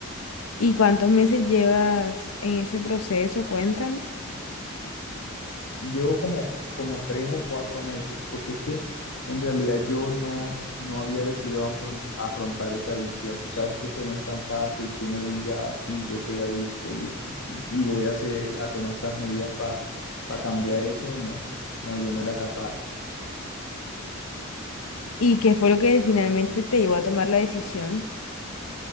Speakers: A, on the left; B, on the left.
A: ¿Y cuántos meses llevas en ese proceso? Cuentan.
B: Llevo como, como tres o cuatro meses, porque es que en realidad yo no, no había decidido afront- afrontar esa adicción. Tú sabes que eso no es tan fácil que uno diga, "Ah, sí, yo soy adicto y voy a, hacer, a tomar estas medidas para cambiar eso, no, no, yo no era capaz.
A: ¿Y qué fue lo que finalmente te llevó a tomar la decisión?